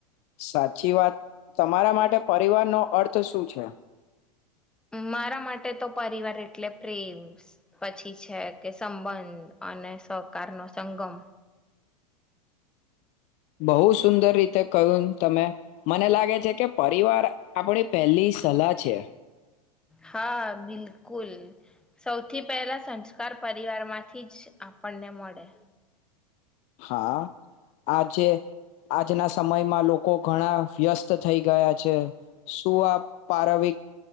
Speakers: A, on the left; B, in the centre.
A: સાચી વાત તમારા માટે પરિવારનો અર્થ શું છે.
B: મારા માટે તો પરિવાર એટલે પ્રેમ પછી છે કે સંબંધ અને સહકાર નો સંગમ.
A: બહુ સુંદર રીતે કહ્યું તમે મને લાગે છે કે પરિવાર આપણી પહેલી સલાહ છે.
B: હા બિલકુલ સૌથી પહેલા સંસ્કાર પરિવાર માંથી જ આપણને મળે.
A: હા આજે આજના સમયમાં લોકો ઘણા વ્યસ્ત થઈ ગયા છે શું આ પારવિક